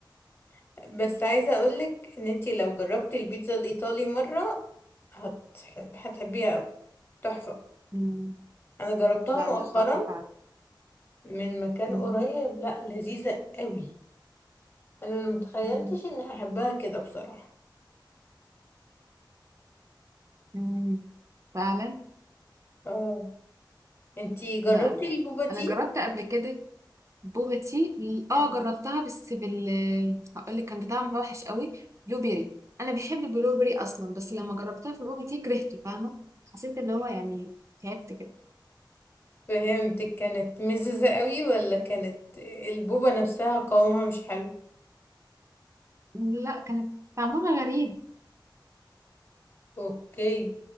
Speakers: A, on the left (about 30°); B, on the right (about 40°).
A: <laughs> بس عايزه اقولك ان انتي لو جربتي البيتزا الايطالي مره هت... هتحبيها أوي تحفه
B: مم.
A: انا جربتها
B: لا
A: مؤخرا
B: لا تحفه فعلا
A: من مكان
B: مهم.
A: قريب لا لذيذه قوي انا أنا متخيلتش
B: مم.
A: اني هحبها كده بصراحة
B: مم. فعلا
A: اه انتي جربتي
B: لا لا
A: البوبا تي
B: انا جربت قبل كده بوبا تي
A: مم.
B: اه جربتها بس بال هقول لك كان بطعم وحش قوي بلو بيري انا بحب البلو بيري اصلا بس لما جربتها في البوبا تي كرهته فاهمه حسيت اللي هو يعني تعبت كده
A: فهمتك كانت مززة قوي ولا كانت البوبا نفسها قوامها مش حلو
B: لا كانت طعمها غريب
A: اوكي